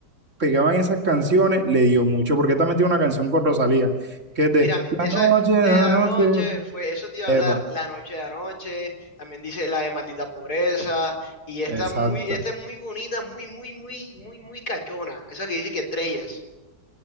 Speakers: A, on the right (about 45°); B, on the left (about 60°).
A: pegaban esas canciones le dio mucho, porque también tiene una canción con Rosalía, que es de
B: Mira, mi-
A: La
B: esa
A: noche,
B: es
A: la
B: la de anoche,
A: noche.
B: fue, eso te iba
A: Epa,
B: a hablar, la noche de anoche, también dice la de maldita pobreza, y esta
A: exacto.
B: muy, esta es muy bonita, muy, muy, muy, muy, muy cachona, esa que dice que estrellas.